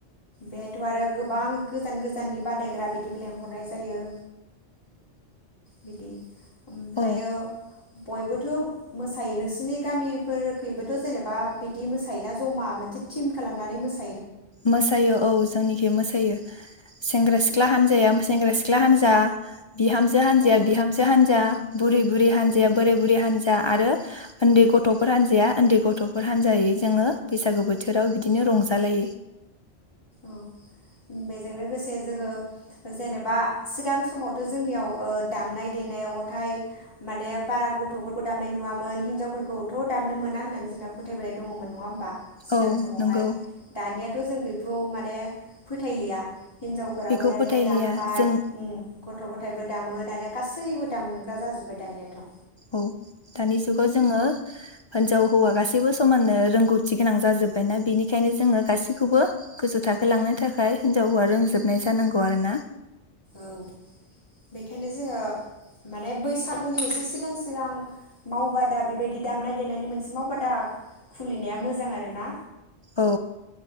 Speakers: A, on the left (about 20°); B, on the left (about 50°).
A: बेहायथ' आरो गोबां गोजान गोजाननि बादायग्रा बिदिबो लेंहरनाय। जायो बिदि। ओमफ्रायो
B: औ।
A: बयबोथ' मोसायो नोंसिनि गामिफोरखैबोथ' जेनेबा बिदि मोसायोना जमा मोनसे थिम खालामनानै मोसायो।
B: मोसायो औ जोंनिखि मोसायो। सेंग्रा सिख्ला हानजाया सेंग्रा सिख्ला। हान्जा। बिहामजो हानजाया
A: औ
B: बिहामजो हानजा बुरै बुरै हानजाया
A: औ
B: बोराय बुरै हानजा। आरो उन्दै गथ'फोर हान्जाया उन्दै गथ'फोर हानजायै जोङो बैसागो बोथोराव बिदिनो रंजालायो।
A: औ बेजों लोगोसे जोङो जेनेबा सिगां समावथ' जोंनियाव दामनाय देनायावथाय माने बारा गथ'फोरखौ दामनाय नुवामोन हिनजावफोरखौथ' दामनो मोना होननानै जोंना फोथायबोनाय दङमोन नङा होमबा। सिगां
B: औ
A: समावहाय
B: नंगौ
A: दानिया। थ' जों बे खौ माने फोथायलिया। हिनजावफोराबो
B: बेखौ
A: दानिया
B: फोथायलिया
A: दामबाय
B: जों
A: गथ' गथायाइबो दामो दानिया गासैबो दामग्रा जाजोबबाय दानियाथ'।
B: औ दानि जुगाव जोङो हिनजाव हौवा गासैबो समाननो रोंगौथि गोनां जाजोब्बायना बेनिखायनो जोङो गासैखौबो गोजौ थाखोलांनो थाखाय हिनजाव हौवा रोंजोबनाय जानांगौ आरोना।
A: औ बेखायनो जोङो माने बैसागुनि एसे सिगां सिगां मावबादा बेबायदि दामनाय देनायनि मोनसे मावबादा खुलिनाया मोजां आरो ना
B: औ